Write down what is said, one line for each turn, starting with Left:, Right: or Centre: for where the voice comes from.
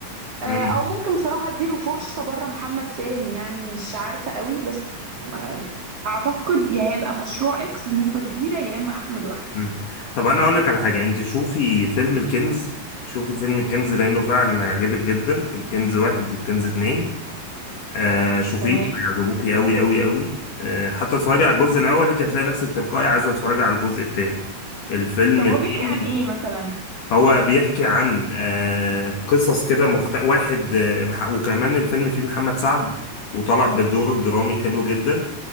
Right: آه،
Left: امم
Right: أو ممكن بصراحة أديله فرصة بره محمد سامي يعني مش عارفة قوي بس آه، أعتقد يا هيبقى مشروع إكس بنسبة كبيرة يا إما أحمد وأحمد
Left: مم. طب انا اقول لك على حاجه انت شوفي فيلم الكنز شوفي فيلم الكنز لانه فعلا هيعجبك جدا الكنز واحد والكنز اتنين آه شوفيه
Right: تمام
Left: هيعجبوكي قوي قوي قوي آه حتى اتفرجي على الجزء الاول انت هتلاقي نفسك تلقائي عايزه تتفرجي على الجزء التاني الفيلم
Right: طب هو
Left: فيه
Right: بيحكي عن ايه مثلا
Left: هو بيحكي عن آه قصص كده مخت... واحد آه مح- وكمان الفيلم فيه محمد سعد وطلع بدور درامي حلو جدا